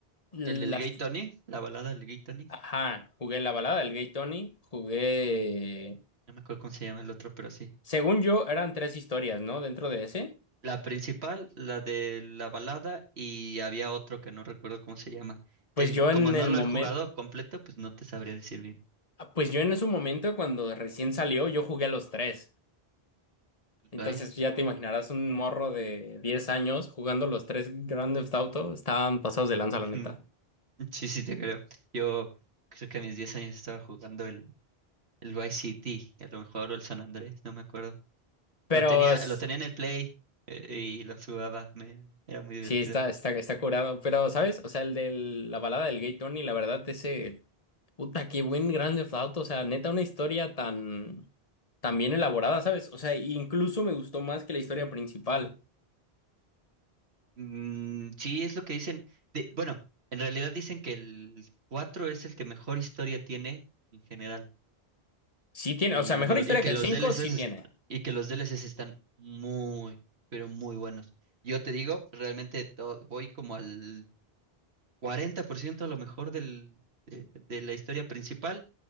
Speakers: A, on the left; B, on the right.
A: las,
B: el del Gay Tony, la balada del Gay Tony,
A: ajá, jugué la balada del Gay Tony, jugué,
B: no me acuerdo cómo se llama el otro, pero sí.
A: según yo, eran tres historias, ¿no? Dentro de ese.
B: La principal, la de la balada, y había otro que no recuerdo cómo se llama. Te-
A: Pues yo
B: como
A: en
B: no
A: el
B: lo
A: momento,
B: he jugado completo, pues no te sabría decir
A: pues yo en ese momento cuando recién salió, yo jugué a los tres. Entonces
B: Ay,
A: ya te imaginarás un morro de 10 años jugando los tres Grand Theft Auto. Estaban pasados de lanza, la neta.
B: mm, sí, sí, te creo. Yo creo que a mis 10 años estaba jugando el, el Vice City, a lo mejor, o el San Andrés, no me acuerdo.
A: Pero
B: Lo tenía,
A: s-
B: lo tenía en el Play eh, y lo jugaba, me, era muy divertido.
A: sí, está, está, está curado. Pero, ¿sabes? O sea, el de la balada del Gay Tony, la verdad, ese... Puta, qué buen Grand Theft Auto. O sea, neta, una historia tan... tan bien elaborada, ¿sabes? O sea, incluso me gustó más que la historia principal.
B: Mm, sí, es lo que dicen. de- bueno, en realidad dicen que el 4 es el que mejor historia tiene en general.
A: Sí tiene,
B: Y,
A: o sea, mejor
B: lo,
A: historia
B: y que
A: que
B: los
A: el 5
B: DLCs,
A: sí
B: est-
A: tiene.
B: y que los DLCs están muy, pero muy buenos. Yo te digo, realmente to- voy como al 40% a lo mejor del, de, de la historia principal.